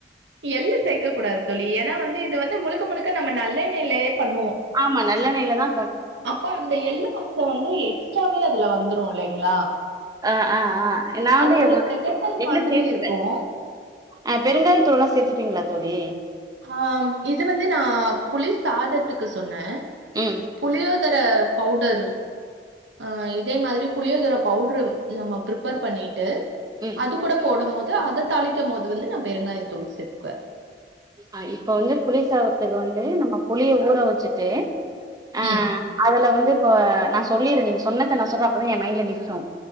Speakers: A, on the right (about 85°); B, on the right (about 20°).
A: எள்ளு சேக்க கூடாது தோழி ஏனா வந்து இது வந்து முழுக்க முழுக்க நம்ம நல்லெண்ணெயிலயே பண்ணுவோ
B: ஆமா நல்லெண்ணெய்லதா
A: அப்போ அந்த எள்ளு வாசோ வந்து எக்ஸ்ட்ராவே அதுல வந்துரு இல்லைங்களா
B: அ அ அ நா வந்து
A: அது ஒரு தெகட்டல்
B: எள்ளு
A: மாதிரி
B: சேத்துட்டே
A: இருக்கு
B: ஆ பெருங்காய தூளுலா சேத்துட்டீங்களா தோழி
A: ஆ இது வந்து நா புலி சாதத்துக்கு சொன்னே
B: ம்
A: புளியோதர பவுடர் ஆ இதே மாதிரி புளியோ தர பவுட்ரு நம்ம ப்ரிப்பர் பண்ணிட்டு
B: ம்
A: அது கூட போடும் போது அத தாளிக்கும் போது வந்து நா பெருங்காய தூள் சேத்தக்குவ
B: அ இப்ப வந்து புளி சாதத்துக்கு வந்து நம்ம புளிய ஊற வச்சுட்டு ஆ
A: ம்.
B: அதுல வந்து இப்போ நா சொல்லிட்றே நீங்க சொன்னத நா சொல்றே அப்பதா எ மைண்ட்ல நிக்கோ